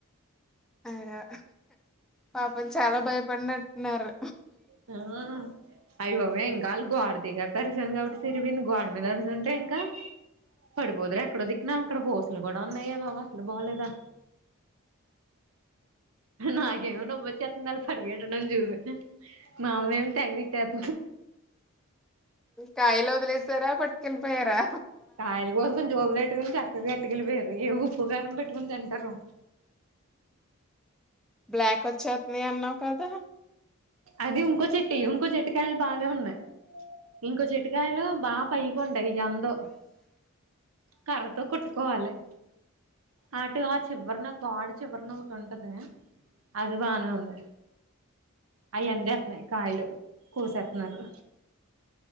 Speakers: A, in the centre; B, on the right.
A: అయ్యో పాపం చాలా భయ పన్నట్న్నారు
B: ఆ అయ్య బాబే ఇంకా వాళ్ గోడ దిగాక కరిశాను కాబట్టి సిరిపోయింది గోడ మీద అరిచుంటే ఇంకా పడిపోదురు ఎక్కడో దికినా అక్కడ పోోసులు కూడా ఉన్నాయ బాబు అసలు బాలేదా నాకు ఏమో నవ్వు వచ్చేస్తోంది ం చూసి మా అమ్మ ఏమో తెగ తిట్టేస్తా
A: కయలో వద్లేస్తారా బట్ కలి పయరా
B: కాయలు కోసకుని జోబ్లేట్ కా ఇ గటికిలు వయరు ఏ ఉప్పు కారం పెట్టుకుని తింటారు
A: బ్లాక్ వచ్చేస్తున్నాయి అన్నావు కదా
B: అది ఇంకో చెట్టీ ఇంకో చేట్ పటికాయలు బాగానే ఉన్నాయి ఇంకో చిటికాయలు బాగా పయ్యకుంటాయింద కర్రతో కొట్టుకోవాలి అటు ఆ చివరిన గాడ్ చివరిన కూట ఉంటది అది బాన ఉంది అయి అందేస్తున్నాయి కయలు కూసేస్తున్నారు